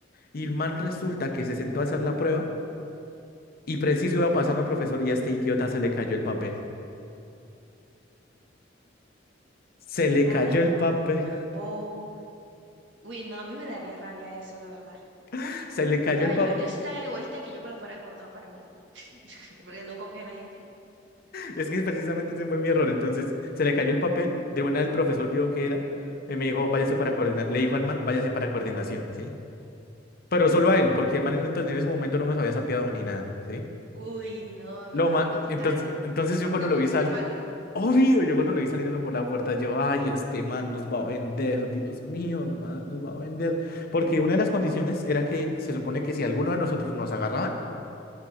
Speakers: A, on the left (about 55°); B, on the right (about 75°).
A: Y el man resulta que se sentó a hacer la prueba y preciso iba pasando al profesor y a este idiota se le cayó el papel. Se le cayó
B: Ay,
A: el
B: tan
A: papel,
B: bobo. Uy, no, a mí me daría rabia eso, la verdad.
A: <laughs> se le cayó
B: ¿Sabes?
A: el papel
B: Yo, yo soy tan egoísta que yo me lo fuera guardado para mí. <laughs> Porque no confío en la gente.
A: Es que precisamente ese fue mi error. Entonces, se le cayó el papel. De una, el profesor vio que era. Y me dijo, váyase para coordinación. Le dijo al man, váyase para coordinación, ¿sí? Pero solo a él, porque el man en, ento- en ese momento no nos había sapeado ni nada, ¿sí?
B: Uy, no,
A: Lo
B: me imagino
A: ma-
B: tu
A: entonces,
B: cara.
A: entonces yo cuando
B: Te pusiste
A: lo vi salir.
B: pálido.
A: Obvio, yo cuando lo vi saliendo por la puerta, yo, ay, este man nos va a vender, Dios mío, man, nos va a vender. Porque una de las condiciones era que se supone que si alguno de nosotros nos agarraban,